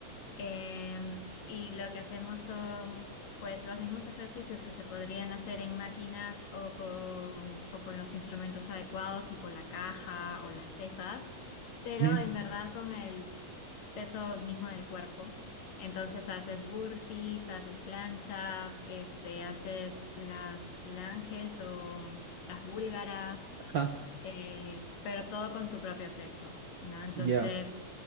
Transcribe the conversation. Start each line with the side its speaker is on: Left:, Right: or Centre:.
Left: Em, y lo que hacemos son pues los mismos ejercicios que se podrían hacer en máquinas o con, o con los instrumentos adecuados, tipo la caja o las pesas, pero
Right: Ujú.
Left: en verdad con el peso mismo del cuerpo. Entonces haces burpees, haces planchas, este, haces las langes o las búlgaras
Right: Ah,
Left: eh, pero todo con tu propio peso, ¿no? Entonces,
Right: ya.